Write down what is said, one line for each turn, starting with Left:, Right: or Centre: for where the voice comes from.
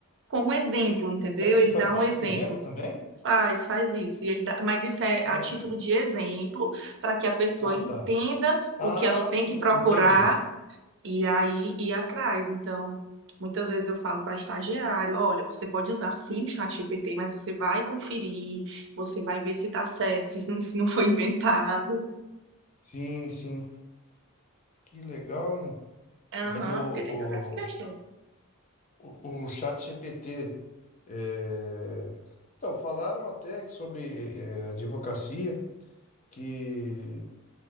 Right: como exemplo, entendeu?
Left: é, ele
Right: Ele
Left: faz
Right: dá um
Left: isso,
Right: exemplo,
Left: inventa também?
Right: faz, faz isso, e ele dá, mas isso é
Left: Nossa.
Right: a título de exemplo, para que a pessoa
Left: Ah,
Right: entenda
Left: tá. Ah,
Right: o que ela tem
Left: sim,
Right: que procurar
Left: entendi.
Right: e aí ir atrás. Então, muitas vezes eu falo para estagiário, olha, você pode usar sim o ChatGPT, mas você vai conferir, você vai ver se está certo, se não, se não foi <laughs> inventado.
Left: Sim, sim. Que legal, hein?
Right: Aham,
Left: Mas o,
Right: porque tem toda essa questão.
Left: O, o ChatGPT. É... Então, falaram até que sobre é, advocacia, que